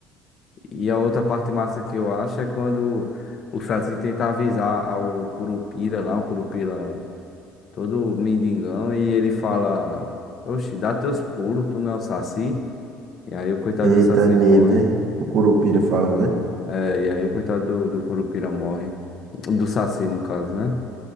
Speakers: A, on the left; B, on the right.
A: E a outra parte massa que eu acho é quando o Saci tenta avisar ao Curupira lá, o Curupira todo mendigão, e ele fala: Oxe, dá teus pulos, tu não é o Saci? E aí o coitado
B: Eita,
A: do Saci
B: é mesmo,
A: morre.
B: né? O Curupira fala, né?
A: É, e aí o coitado do, do Curupira morre. Do Saci, no caso, né?